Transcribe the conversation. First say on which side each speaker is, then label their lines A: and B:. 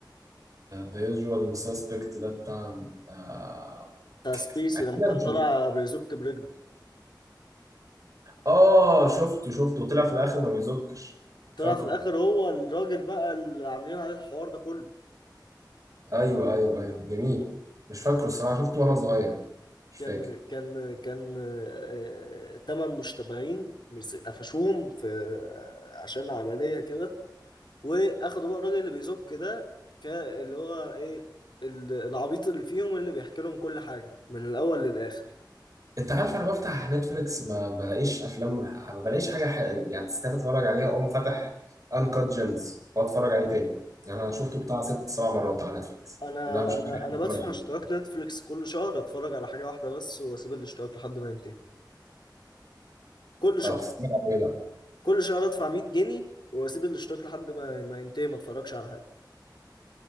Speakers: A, on the right; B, on the left.
A: ذا يوجوال سسبكت ده بتاع آه،
B: بتاع سبيسي
A: اكيد اكيد
B: لما
A: انا
B: كان
A: شفته
B: طالع بيزك برجله
A: اه شفته شفته وطلع في الاخر ما بيزكش فاكره
B: طلع في الاخر هو الراجل بقى اللي عاملين عليه الحوار ده كله
A: ايوه ايوه ايوه جميل مش فاكره الصراحة شفته وانا صغير مش
B: كان
A: فاكر
B: كان كان آه، تمن مشتبهين مس- قفشوهم في آه، عشان عملية كده واخدوا بقى الراجل اللي بيزك ده ك- اللي هو ايه ال- العبيط اللي فيهم اللي بيحكي لهم كل حاجة من الاول للاخر
A: انت عارف انا بفتح نتفليكس ما بلاقيش افلام ما بلاقيش حاجه ح... يعني تستاهل اتفرج عليها اقوم فاتح انكات جيمز واتفرج عليه تاني يعني انا شفته بتاع ست سبع مرات على نتفليكس
B: انا
A: اللي انا مش
B: انا
A: لاقي حاجه
B: انا
A: اتفرج
B: بدفع
A: عليه
B: اشتراك نتفليكس كل شهر اتفرج على حاجه واحده بس واسيب الاشتراك لحد ما ينتهي كل شهر
A: اه بتتفرج على ايه بقى؟
B: كل شهر ادفع 100 جنيه واسيب الاشتراك لحد ما ما ينتهي ما اتفرجش على حاجه